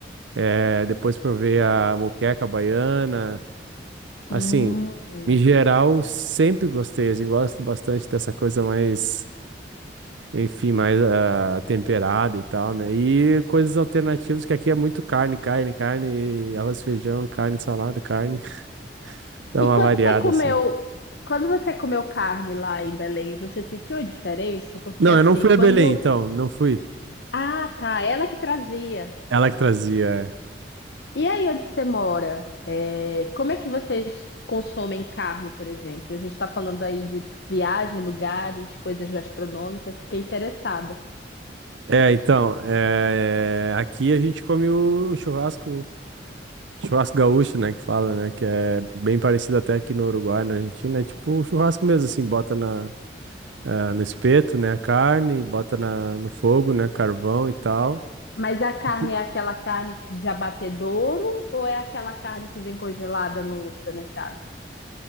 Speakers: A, on the right; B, on the left.
A: É, depois provei a moqueca baiana.
B: Hum.
A: Assim, em geral, sempre gostei. Assim, gosto bastante dessa coisa mais, enfim, mais ah, temperada e tal, né? E coisas alternativas, que aqui é muito carne, carne, carne, arroz, feijão, carne, salada, carne. <laughs> Dá
B: E
A: uma
B: quando
A: variada,
B: você comeu,
A: assim.
B: quando você comeu carne lá em Belém, você sentiu a diferença? Porque
A: Não,
B: assim,
A: eu não fui
B: quando.
A: a Belém, então, não fui.
B: Ah, tá, ela que trazia.
A: Ela que trazia. É,
B: E aí onde você mora? É, Como é que vocês consomem carne, por exemplo? A gente está falando aí de viagem, lugares, coisas gastronômicas, fiquei interessada.
A: É, então, é, aqui a gente come o churrasco, churrasco gaúcho, né, que fala, né, que é bem parecido até aqui no Uruguai, na Argentina, é tipo o churrasco mesmo, assim, bota na, é, no espeto, né, a carne, bota na, no fogo, né, carvão e tal.
B: Mas a carne
A: Ent-
B: é aquela carne que de abatedouro ou é aquela carne que vem congelada no supermercado?